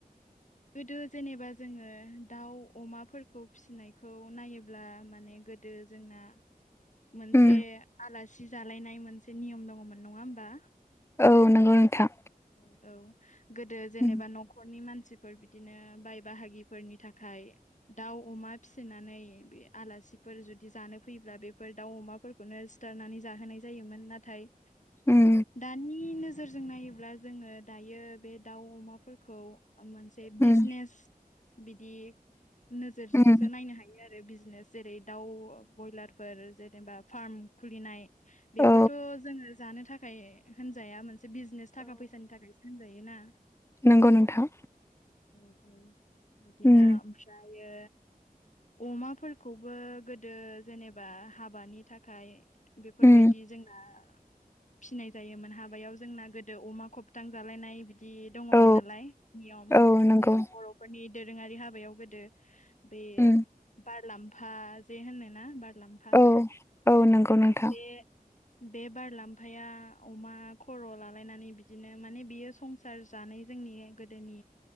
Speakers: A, on the left; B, on the left.
A: गोदो जेनेबा जोङो दाउ अ'माफोरखौ फिसिनायखौ नायोब्ला माने गोदो जोंना मोनसे
B: उम
A: आलासि जालायनाय मोनसे नियम दङमोन। नङा होमबा?
B: औ नोंगौ नोंथां।
A: औ औ गोदो जेनेबा
B: उम
A: न'खरनि मानसिफोर बिदिनो बाय बाहागिफोरनि थाखाय दाउ अ'मा फिसिनानै बे आलासिफोर जुदि जानो फै ब्ला बेफोर दाउ अमाफोरखौनो सिथारनानै जाहोनाय जायोमोन नाथाय
B: उम
A: दानि नोजोरजों नायोब्ला जोङो दायो बे दाउ अ'माफोरखौ ओ मोनसे
B: उम
A: बिजनेस बिदि नोजोरजोंसो
B: उम
A: नायनो हायो आ रो बिजनेस जेरै दाउ बयलारफोर जेनेबा फार्म खुलिनाय बेफोरथ'
B: औ
A: जोङो जानो थाखाय होनजाया मोनसे बिजनेस थाखा फै <unintelligible> होनजायोना।
B: नोंगौ नोंथां।
A: औ औ बिदिनो
B: उम
A: आमफ्रायो ओ अ'माफोरखौबो गोदो जेनेबा हाबानि थाखाय बेफोरबायदि
B: उम
A: जोंना फिनाय जायोमोन हाबायाव जोंना गोदो अमाखौ फुथां जालायनाय बिदि दंङमोन
B: औ
A: नालाय नियम
B: औ नंगौ
A: जों बर'फोरनि दोरोङारि हाबायाव गोदो बे
B: उम
A: बारलांफा जे होनोना बार मुलामफा
B: औ औ नंगौ नोंथां
A: बे बे बारलांफाया अमा खर' लालायनानै बि दिनो माने बियो संसार जानाय जोंनि गोदोनि